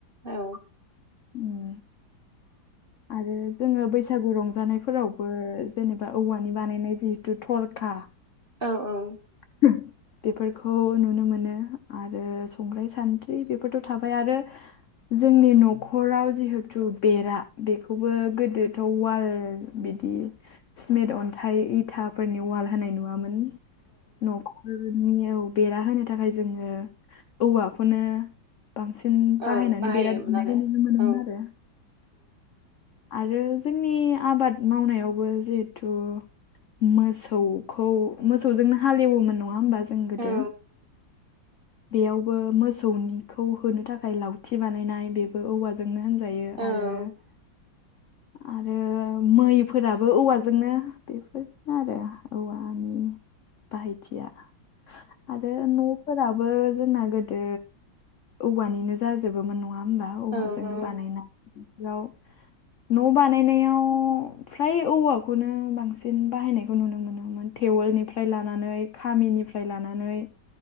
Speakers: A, on the right (about 35°); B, on the left (about 60°).
A: औ
B: उम आरो जोङो बैसागु रंजानायफोरावबो जेनेबा औवानि बानायनाय जिहेतु थरखा
A: औ औ
B: <inaudible> बेफोरखौ नुनो मोनो आरो संग्राय सान्द्रि बेफोरथ' थाबाय आरो जोंनि न'खराव जिहेथु बेरा बेखौबो गोदोथ' उवाल बिदि स्मेट अन्थाइ इथाफोरनि उवाल होनाय नुवामोन। न'खरनियाव बेरा होनो थाखाय जोङो औवाखौनो बांसिन बाहायनानै
A: औ बाहायोमोन
B: बेरा दुमनायखौ
A: आरो
B: नुनो मोनोमोन
A: औ
B: आरो। आरो जोंनि आबाद मावनायावबो जिहेथु मोसौखौ मोसौजोंनो हालेवोमोन नङा होमबा जों गोदो
A: औ
B: बेयावबो मोसौनिखौ होनो थाखाय लावथि बानायनाय बे औवाजोंनो होनजायो आरो
A: औ
B: आरो मैफोराबो औवाजोंनो बेफोर आरो औवानि बाहायथिया आ न फोराबो जोंना गोदो औवानिनो जोबोमोन नङा होनोमबा औवाजोंनो
A: औ औ
B: बानायनाय बिाव न' बानायनायाव फ्राय औवाखौनो बांसिन बाहायनायखौ नुनो मोनोमोन थेवलनिफ्राय लानानै लानानै गामिनिफ्राय लानानै